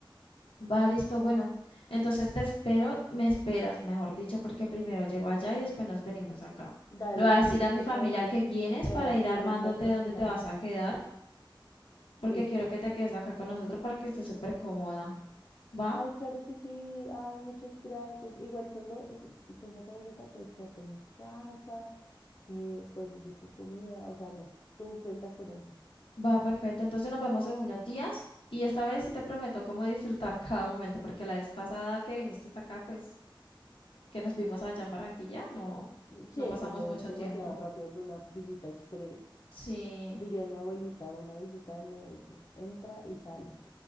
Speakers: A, on the left; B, on the left.
A: Va, listo, bueno. Entonces te espero, me esperas, mejor dicho, porque primero llego allá y después nos venimos acá.
B: Dale,
A: Le voy a
B: sí,
A: decir
B: es
A: a mi
B: que
A: familia
B: me voy,
A: que vienes
B: me
A: para
B: voy a ir
A: ir
B: corriendo
A: armándote
B: al terminal.
A: dónde te vas a quedar, porque
B: Listo.
A: quiero que te quedes acá con nosotros para que estés súper cómoda. Va,
B: Ay, claro que sí. Ay, muchas gracias. Igual cuando es- vengas a Bogotá puedes quedarte en mi casa, eh, podemos ir por comida. O sea, no, tú cuenta con eso.
A: va, perfecto. Entonces nos vemos en unos días y esta vez sí te prometo cómo disfrutar <laughs> cada momento, porque la vez pasada que viniste hasta acá, pues que nos vimos allá en Barranquilla, no,
B: Sí,
A: no
B: eso
A: pasamos
B: fue
A: mucho
B: demasiado
A: tiempo.
B: rápido, fue una visita express.
A: Sí.
B: Diría mi abuelita, una visita de médico. Entra y sale.